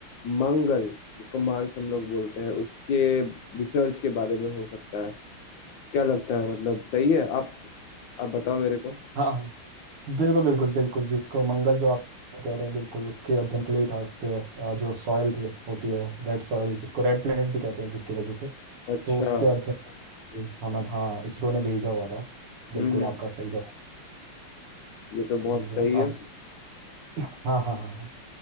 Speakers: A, on the left; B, on the right.
A: मंगल जिसको मार्स हम लोग बोलते हैं उसके रिसर्च के बारे में हो सकता है क्या लगता है मतलब सही है आप आप बताओ मेरे को
B: हाँ हाँ। बिल्कुल बिल्कुल बिल्कुल जिसको मंगल जो आप कह रहे हैं बिल्कुल उसके अध्ययन के लिए ही था उसके अ, जो सॉयल थी होती है रेड सॉयल जिसको रेड प्लेनेट भी कहते हैं जिसकी वजह से
A: अच्छा
B: तो उसके अध्ययन के लिए हमारे हाँ इसरो ने भेजा हुआ था बिल्कुल
A: हम्म हम्म
B: आपका सही जवाब
A: ये तो बहुत
B: ठीक है
A: सही है
B: अब हाँ हाँ हाँ हाँ